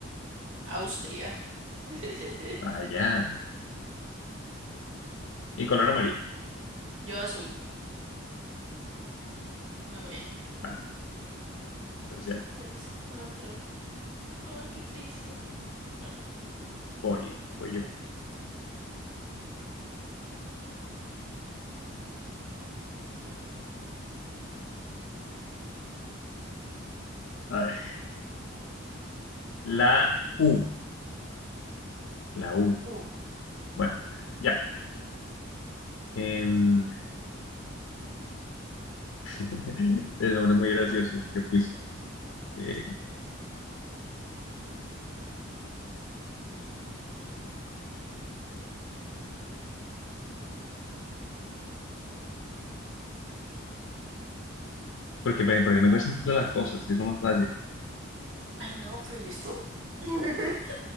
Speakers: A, on the right; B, on the left.
A: Austria. <laughs>
B: Allá. Y color amarillo.
A: Yo azul. Muy bien.
B: Vale, entonces ya
A: Tres, cuatro. Ay, qué triste. Bueno.
B: voy, voy yo. A ver. La U. La U.
A: Uh.
B: Bueno, ya. Em, <laughs> el nombre muy gracioso que puse. Eh, porque, porque no me cuestan todas las cosas, es lo más fácil.
A: Ay, no, pero ¿y esto? <laughs>